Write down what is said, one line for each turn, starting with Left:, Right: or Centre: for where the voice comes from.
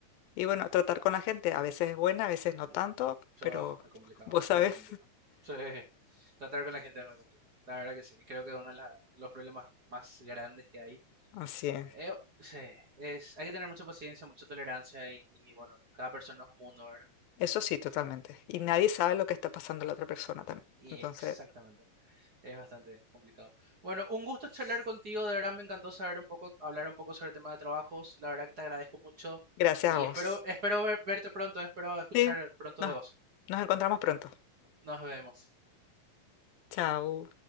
Left: y bueno, tratar con la gente. A veces es buena, a veces no tanto,
Right: Uh, Eso
Left: pero
Right: es complicado,
Left: vos sabés.
Right: es muy complicado. Sí, tratar con la gente es muy complicado. La verdad que sí, creo que uno de la- los problemas más grandes que hay.
Left: <laughs> Así es.
Right: eh, sí, es, hay que tener mucha paciencia, mucha tolerancia y, y bueno, cada persona es un mundo, ¿verdad?
Left: Eso sí, totalmente. Y nadie sabe lo que está pasando la otra persona también.
Right: Y
Left: Entonces,
Right: exactamente. Es bastante complicado. Bueno, un gusto charlar contigo. De verdad me encantó saber un poco, hablar un poco sobre el tema de trabajos. La verdad que te agradezco mucho
Left: gracias
Right: y
Left: a vos.
Right: espero, espero ver- verte pronto, espero escuchar
Left: Sí,
Right: pronto
Left: nos,
Right: de vos.
Left: nos encontramos pronto.
Right: Nos vemos.
Left: Chao.